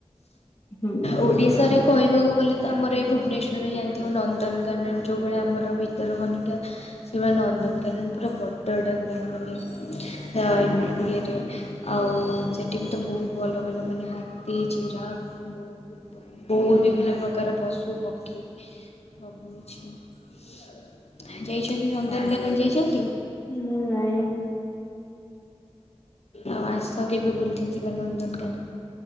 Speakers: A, on the left; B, on the left.
A: ହୁଁ।
B: -ଓଡିଶାରେ କହିବାକୁ ଗଲେ ତ ଆମର ଏଇ ଭୁବନେଶ୍ୱରରେ ଜାଣିଥିବ ନନ୍ଦନକାନନ ଯଉ ଭଳିଆ ଆମର ଭିତରକନିକା ସେମାନେ ନନ୍ଦନକାନନ ପୁରା ବଡ ଟା ପୁରା ମାନେ ଆ-ଇଏରେ ଆଉ ସେଠି ବି ତ ବହୁତ୍ ଭଲ ଭଲ ମାନେ ହାତୀ, ଜଇରଆଫ୍ ବୁ ବହୁତ୍ ବିଭିନ୍ନ ପ୍ରକାର ପଶୁ ପକ୍ଷୀ ସବୁ କିଛି ଯାଇଚନ୍ତି ନନ୍ଦନକାନନ୍ ଯାଇଚନ୍ତି?
A: ମୁଁ ନାଇ।
B: ଆଉ ଆସ କେବେ ବୁଲି ଯିବା ନନ୍ଦନକାନ